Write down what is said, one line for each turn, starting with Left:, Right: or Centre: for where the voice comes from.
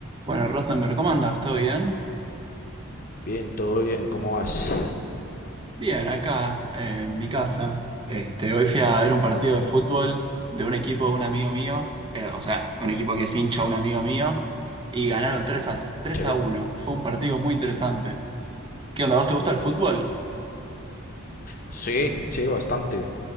Right: Bueno, Rosenberg, ¿cómo andas? ¿Todo bien?
Left: Bien, todo bien, ¿cómo vas?
Right: Bien, acá eh, en mi casa. Este, hoy fui a ver un partido de fútbol de un equipo de un amigo mío, eh, o sea, un equipo que es hincha de un amigo mío, y ganaron tres a, tres
Left: Sí,
Right: a uno. Fue un partido muy interesante. ¿Qué onda? ¿Vos te gusta el fútbol?
Left: sí, sí, bastante,